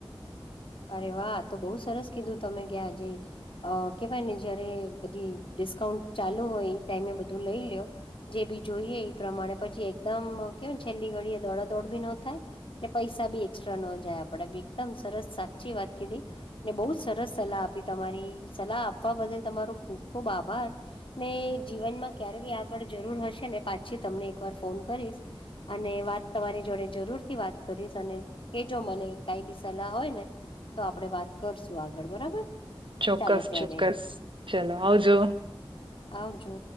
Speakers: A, on the left; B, on the right.
A: અરે વાહ તો બઉુ સરસ કીધું તમે ક્યાં આજે- - અ કેવાય ને જયારે બધી ડિસ્કાઉન્ટ ચાલુ હોય એ ટાઈમે બધું લઈ લ્યો- - જે બી જોઈએ એ પ્રમાણે પછી એકદમ કેવાય છેલ્લી ઘડી એ દોડાદોડ બી ન થાય. ને પૈસા બી એક્સ્ટ્રા ન જાય આપડે એકદમ સરસ સાચી વાત કીધી ને બહુ જ સરસ સલાહ આપી તમારી સલાહ આપવા બદલ તમારો ખૂબ ખુબ આભાર. ને જીવનમાં ક્યારે બી આગળ જરૂર હશે ને પાછી તમને એક વાર ફોન કરીશ. અને વાત તમારી જોડે જરૂર થી વાત કરીશ અને કે જો મને કાઈ બી સલાહ હોય ને. તો આપડે વાત કરશું આગળ બરાબર
B: ચોક્કસ
A: ચાલો ત્યારે
B: ચોક્કસ ચલો આવજો.
A: આવજો.